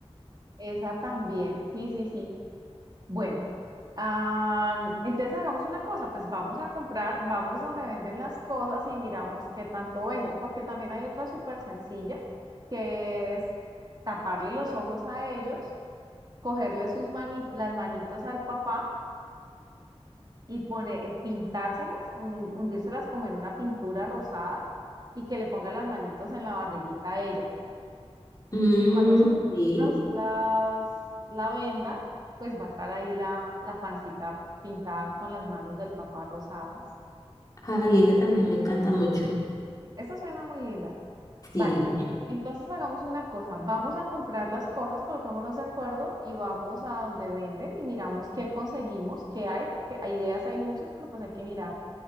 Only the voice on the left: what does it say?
Mm,
sí.
Ay, esa también me encanta mucho.
Sí.